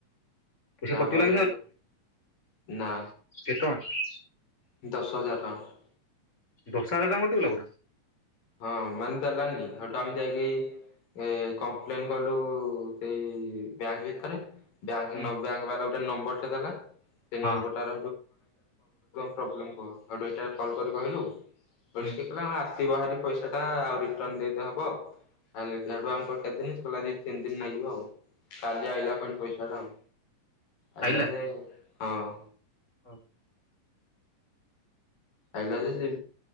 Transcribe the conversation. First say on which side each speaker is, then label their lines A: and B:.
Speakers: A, on the left; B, on the left.
A: ପଇସା
B: ତାପରେ,
A: କଟିଗଲା
B: ନା।
A: କେତଙ୍କ <unintelligible>
B: ଦଶ ହଜାର ଟଙ୍କା!
A: ଦଶ ହଜାର ଟଙ୍କା କଟି ଗଲା ପୁରା।
B: ହଁ, ମାନିଦେଲାନି। ସେଠୁ ଆମେ ଯାଇକି ଏ କମ୍ପ୍ଲେନ କଲୁ ସେଇ ବ୍ୟାଙ୍କ ଭିତରେ। ବ୍ୟାଙ୍କ
A: ହୁଁ
B: ନ ବ୍ୟାଙ୍କ ବା ଗୋଟେ ନମ୍ବର ଦେଲା, ସେ
A: ହଁ
B: ନମ୍ବର <inaudible> ପ୍ରୋବ୍ଲେମ କୁହ, ଏଇଟା କଲ କରି କହିଲୁ।
A: ହୁଁ
B: ତା ଆସିବ, ବାହାରି ପଇସାଟା ଆଉ ରିଟର୍ଣ ଦେଇଦେ ହବ। <unintelligible> କେତେ ଦିନ? ତିନି ଦିନ ନାଗିବ ଆଉ? କାଲି ଆଇଲା କ ପଇସା ଟା ଆଉ? ଆଇିଲା
A: ଆଇଲା?
B: ଯେ, ହଁ।
A: <inaudible>
B: ଆଇଲା ଯେ,